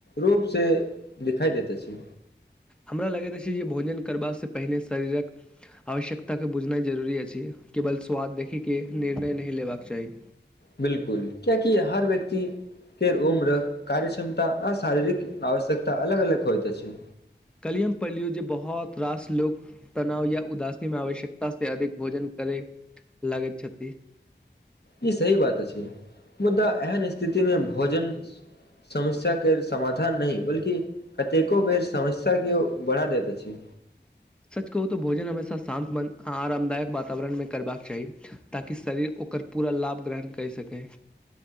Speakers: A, on the left; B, in the centre.
A: रूपसँ दिखाइ दैत अछि।
B: हमरा लगैत अछि जे भोजन करबासँ पहिने शरीरक आवश्यकताके बुझनाइ जरूरी अछि। केवल स्वाद देखै के निर्णय नहि। लेबाक चाही।
A: बिल्कुल कियाकि हर व्यक्ति के उम्र कार्य क्षमता आ शारीरिक आवश्यकता अलग अलग होइत अछि।
B: कल ही हम पढ़लियौ जे बहुत रास लोक तनाव या उदासी मे आवश्यकता से अधिक भोजन करै लागैत छथि।
A: ई सही बात अछि मुदा एहन स्थिति मे भोजन समस्या के समाधान नहि बल्कि कतेको बेर समस्या के बढ़ा दैत अछि।
B: सच कहू तऽ भोजन हमेशा शान्तमन आ आरामदायक वातावरणमे करबाक चाही ताकि शरीर ओकर पूरा लाभ ग्रहण कर सकै।